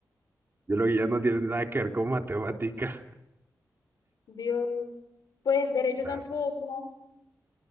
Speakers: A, on the right; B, on the left.
A: yo lo que ya no tiene nada que ver con matemática,
B: Dios, pues derecho
A: <laughs> la
B: tampoco.
A: verdad.